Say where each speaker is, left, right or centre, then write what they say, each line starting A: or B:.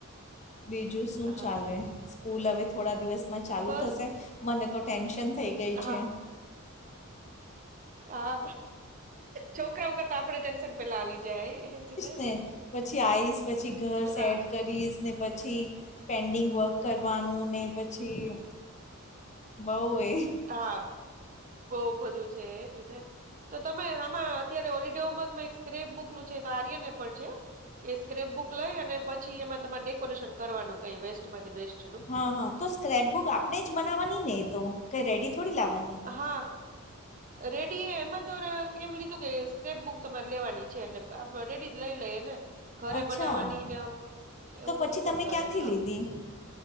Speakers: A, on the left (about 35°); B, on the right (about 40°).
A: બીજું શું
B: હા
A: ચાલે
B: હા
A: સ્કૂલ
B: તો
A: હવે થોડા દિવસમાં ચાલુ
B: બસ
A: થશે મને તો ટેન્શન થઈ ગઈ
B: હા
A: છે
B: હા છોકરાઓ કરતા આપડ ટેન્શન પેલા આવી જાય એજ ને
A: ને પછી આઈસ પછી ઘર સેડ
B: હા
A: કરીશ ને પછી પેન્ડિંગ વર્ક કરવાનું ને પછી બઉ એ
B: હા બહ બધું છે એ જ ને તો તમે આમાં અત્યારે હોલિડેમાં એક સ્ક્રેપ બુક નું છે આર્યને પણ છે એ સ્ક્રેપ બુક લઈ અને પછી એમાં તમારે ડેકોરેશન કરવાનું કઈ વેસ્ટમાંથી બેસ્ટ
A: હા હા તો સ્ક્રેપ બુક આપણે જ બનાવવાની ને તો કઈ રેડી થોડી લાવવાની
B: હા રેડી એમાં તો એમ લીધું કે સ્ક્રેપ બુક તમારે લેવાની છે એટલે આપ રેડી જ લઈ લઈએ ને ઘરે
A: અચ્છા
B: બનાવવાની ને એવું
A: પછી
B: તો કોણ
A: તમે
B: કરે
A: ક્યાંથી
B: હા
A: લીધી?